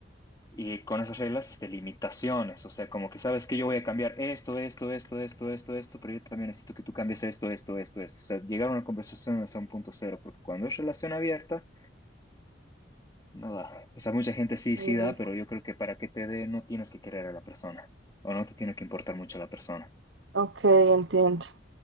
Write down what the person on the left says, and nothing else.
y con esas reglas, este, limitaciones. O sea, como que sabes que yo voy a cambiar esto, esto, esto, esto, esto, esto, pero yo también necesito que tú cambies esto, esto, esto, esto. O sea, llegar a una conversación es un punto cero, porque cuando es relación abierta, no da. O sea, mucha gente sí,
sí da, pero yo creo que para que te dé no tienes que querer a la persona o no te tiene que importar mucho la persona.